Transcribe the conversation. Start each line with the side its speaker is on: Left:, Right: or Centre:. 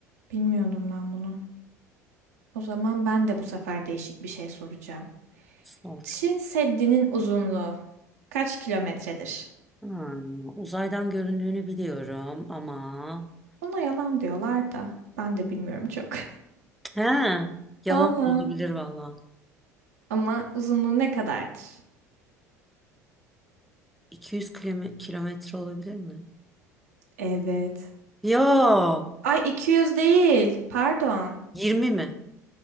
Right: Bilmiyordum ben bunu. O zaman ben de bu sefer değişik bir şey soracağım.
Centre: Sor.
Right: Çin Seddi'nin uzunluğu kaç kilometredir?
Centre: Hmm, uzaydan göründüğünü biliyorum ama...
Right: Buna yalan diyorlar da ben de bilmiyorum çok.
Centre: He, yalan
Right: <laughs> Valla.
Centre: da olabilir vallahi.
Right: Ama uzunluğu ne kadardır?
Centre: 200 kilome- kilometre olabilir mi?
Right: Evet.
Centre: Ya
Right: Ay 200 değil. Pardon.
Centre: 20 mi?